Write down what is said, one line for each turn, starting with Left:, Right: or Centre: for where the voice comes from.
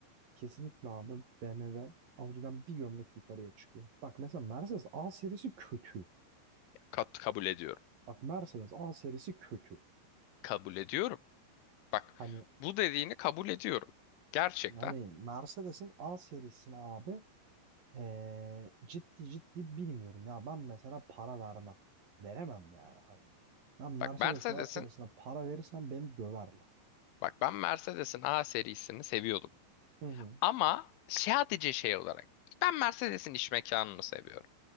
Right: kesinlikle abi BMW Audi'den bir gömlek yukarıya çıkıyor. Bak mesela Mercedes A serisi kötü.
Left: Kat kabul ediyorum.
Right: Bak Mercedes A serisi kötü.
Left: Kabul ediyorum. Bak,
Right: Hani
Left: bu dediğini kabul ediyorum. Gerçekten.
Right: yani Mercedes'in A serisini abi ee, ciddi ciddi bilmiyorum ya ben mesela para vermem. Veremem yani. Hani Ben Mercedes'in
Left: Bak Mercedes'in,
Right: A serisinden para verirsem beni döverler.
Left: bak ben Mercedes'in A serisini seviyordum.
Right: Hı hı.
Left: Ama sadece şey olarak ben Mercedes'in iç mekanını seviyorum.